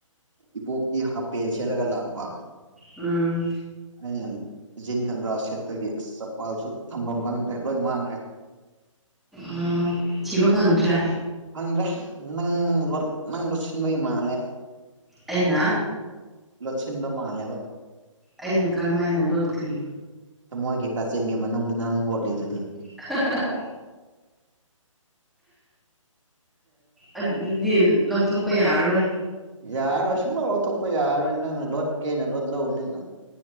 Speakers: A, on the right (about 65°); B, in the centre.
A: ꯏꯕꯣꯛꯇꯤ ꯍꯥꯄꯦꯟ ꯁꯦꯠꯂꯒ ꯂꯥꯛꯄ
B: ꯎꯝ
A: ꯑꯩꯅ ꯖꯤꯟ ꯈꯪꯒ꯭ꯔꯥ ꯁꯦꯠꯄꯒꯤ ꯆꯄꯥꯜꯁꯨ ꯊꯝꯐꯝ ꯈꯪꯗ꯭ꯔꯦ ꯂꯣꯏ ꯃꯥꯡꯈ꯭ꯔꯦ
B: ꯎꯝ ꯊꯤꯕ ꯐꯪꯗ꯭ꯔꯦ
A: ꯐꯪꯗ꯭ꯔꯦ ꯅꯪ ꯅꯪ ꯂꯣꯠ ꯁꯤꯟꯕꯩ ꯃꯥꯜꯂꯦ
B: ꯑꯩꯅꯥ
A: ꯂꯣꯠꯁꯤꯟꯕ ꯃꯥꯜꯂꯦꯕ
B: ꯑꯩꯅ ꯀꯔꯝꯍꯥꯏꯅ ꯂꯣꯠꯀꯅꯤ
A: ꯃꯣꯏꯒꯤ ꯀꯥꯆꯤꯟꯒꯤ ꯃꯅꯨꯡꯗ ꯅꯪ ꯂꯣꯠꯂꯤꯗꯨꯗꯤ
B: <unintelligible> ꯑꯗꯨꯗꯤ ꯂꯧꯊꯣꯛꯄ ꯌꯥꯔꯔꯣꯏ
A: ꯌꯥꯔꯣꯏ ꯁꯨꯡꯂꯧ ꯂꯧꯊꯣꯛꯄ ꯌꯥꯔꯔꯣꯏ ꯅꯪꯅ ꯂꯣꯠꯀꯦꯅ ꯂꯣꯠ ꯂꯧꯕꯅꯤꯅ